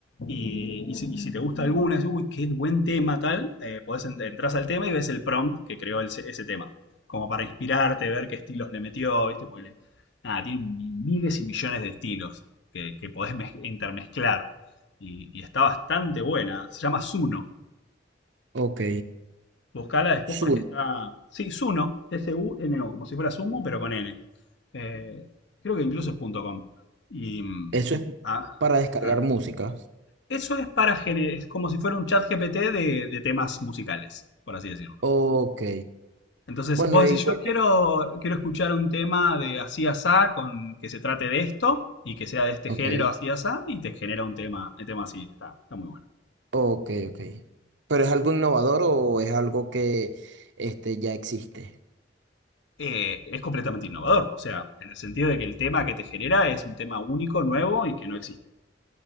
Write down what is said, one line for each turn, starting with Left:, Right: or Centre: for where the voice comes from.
Left: y, y si, y si te gusta alguna, es, uy, qué buen tema tal, eh, podés ent- entras al tema y ves el prompt que creó el- ese tema, como para inspirarte, ver qué estilos le metió, ¿viste? Porque le- nada, tienen mi- miles y millones de estilos que, que podés mez- intermezclar, y, y está bastante buena, se llama Zuno.
Right: ok.
Left: Buscala después
Right: Zoom,
Left: porque está. Sí, Suno, S-U-N-O, como si fuera Sumo, pero con N. Eh, creo que incluso es .com. Y. mm,
Right: eso es
Left: ah,
Right: para descargar
Left: ah.
Right: música.
Left: Eso es para gener- es como si fuera un chat GPT de, de temas musicales, por así decirlo.
Right: Ok.
Left: Entonces
Right: Bueno,
Left: vos
Right: igual.
Left: decís, yo quiero, quiero escuchar un tema de así asá con que se trate de esto y que sea de este
Right: Ok.
Left: género así asá y te genera un tema, un tema así, está, está muy bueno.
Right: Ok, ok. ¿Pero es algo innovador o es algo que este, ya existe?
Left: eh, es completamente innovador. O sea, en el sentido de que el tema que te genera es un tema único, nuevo y que no existe.